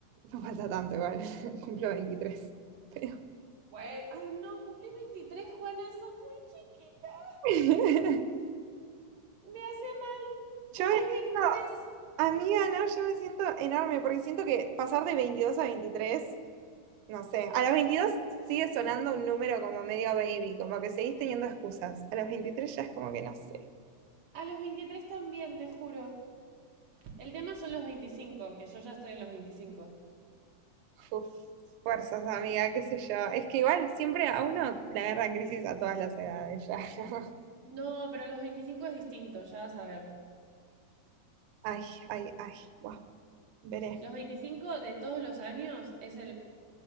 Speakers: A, on the right; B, on the right.
A: No falta tanto igual, <laughs> cumplo veintitrés Pero...
B: Güey, Ay, no, cumplís 23, Juana, sos muy chiquita.
A: <laughs>
B: Me hace mal.
A: Yo
B: Cumplís
A: me siento,
B: 23.
A: amiga, no, yo me siento enorme porque siento que pasar de 22 a 23 no sé, a los 22 sigue sonando un número como medio baby, como que seguís teniendo excusas. A los 23 ya es como que no sé.
B: A los veintitrés también, te juro. El tema son los 25, que yo ya estoy en los 25.
A: Uf, fuerzas, amiga, qué sé yo. Es que igual siempre a uno la agarran crisis a todas las edades ya. ¿no? <laughs>
B: No, pero los 25 es distinto, ya vas a ver.
A: Ay, ay, ay, wow, veré.
B: Los 25 de todos los años es el,